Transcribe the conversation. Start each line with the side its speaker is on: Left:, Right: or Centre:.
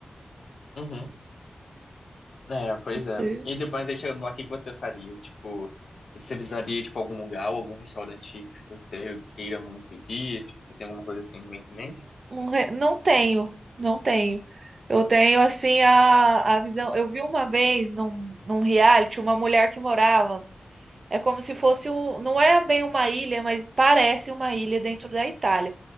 Left: Uhum. É, pois
Right: <laughs>
Left: é. E depois aí chegando lá, o que que você faria? Tipo, você visaria, tipo, algum lugar ou algum restaurante que você queira muito ir? Tipo, você tem alguma coisa assim meio que em mente?
Right: Um re- Não tenho, não tenho. Eu tenho, assim, a, a visão. Eu vi uma vez num, num reality uma mulher que morava. É como se fosse um. Não é bem uma ilha, mas parece uma ilha dentro da Itália.